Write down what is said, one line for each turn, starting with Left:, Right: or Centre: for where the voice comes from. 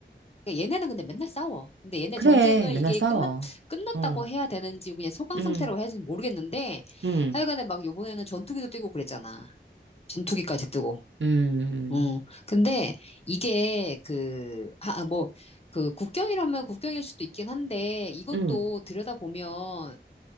Left: 그러니까 얘네는 근데 맨날 싸워. 근데 얘네
Right: 그래,
Left: 전쟁을
Right: 맨날
Left: 이게
Right: 싸워.
Left: 끝났, 끝났다고
Right: 어.
Left: 해야 되는지, 그냥 소강
Right: 음,
Left: 상태라고 해야 되는지 모르겠는데,
Right: 음,
Left: 하여간에 막 요번에는 전투기도 뛰고 그랬잖아. 전투기까지 뜨고.
Right: 음,
Left: 음. 근데 이게 그, 하, 아, 뭐, 그 국경이라면 국경일 수도 있긴 한데 이것도
Right: 음. 음.
Left: 들여다보면